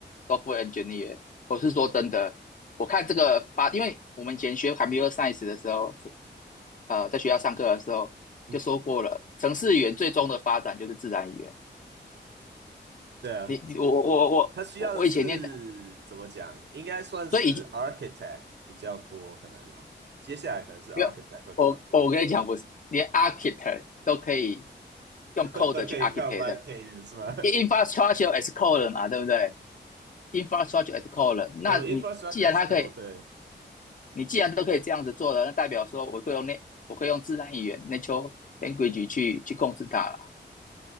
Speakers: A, on the left; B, on the right.
A: Software Engineer。我是说真的，我看这个发，因为我们以前学 Computer Science 的时候，呃，在学校上课的时候就说过了，
B: 嗯嗯，
A: 程式语言最终的发展就是自然语言。
B: 对啊，
A: 你你我我我我我以前念的，
B: 他需要的是怎么讲？应该算是
A: 所以
B: Architect 比较多，可能哦接下来可能是 Architect
A: 没有，
B: 会比较多，
A: 我我跟你讲，我是连 architect 都可以用
B: <laughs>
A: code
B: 都可以看
A: 去 architect。
B: YK 是吗？<laughs>
A: infrastructure as code 嘛，对不对？infrastructure as code
B: 有
A: 那你既然它可以，
B: Infrastructure as Code，对。
A: 你既然都可以这样子做了，那代表说我可以用那我可以用自然语言 natural language 去去控制它了。